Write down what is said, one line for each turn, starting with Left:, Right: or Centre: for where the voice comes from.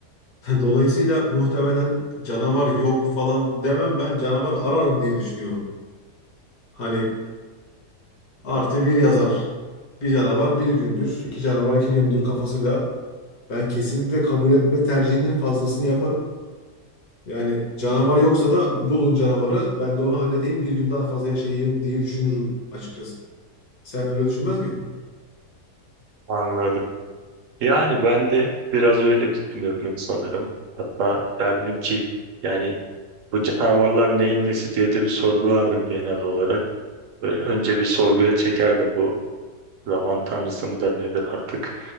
Left: <laughs> Dolayısıyla muhtemelen canavar yok falan demem ben canavar ararım diye düşünüyorum. Hani artı bir yazar. Bir canavar bir gündür, iki canavar iki gündür kafasıyla ben kesinlikle kabul etme tercihinin fazlasını yaparım. Yani canavar yoksa da bulun canavarı ben de onu halledeyim bir gün daha fazla yaşayayım diye düşünürüm açıkçası. Sen öyle düşünmez miydin?
Right: anladım yani ben de biraz öyle düşünürdüm sanırım hatta derdim ki yani bu canavarlar neyin nesi diye de bir sorgulardım genel olarak Böyle önce bir sorguya çekerdim bu zaman tanrısı mıdır nedir artık.